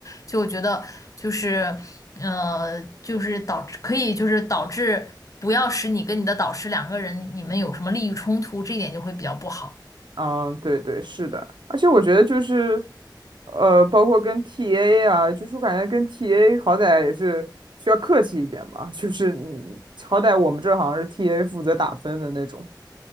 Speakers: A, on the left; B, on the right.
A: 就我觉得就是呃，就是导致可以就是导致不要使你跟你的导师两个人你们有什么利益冲突，这一点就会比较不好。
B: 嗯，对对，是的，而且我觉得就是，呃，包括跟 TA 啊，就是我感觉跟 TA 好歹也是需要客气一点吧，<laughs> 就是你好歹我们这好像是 TA 负责打分的那种，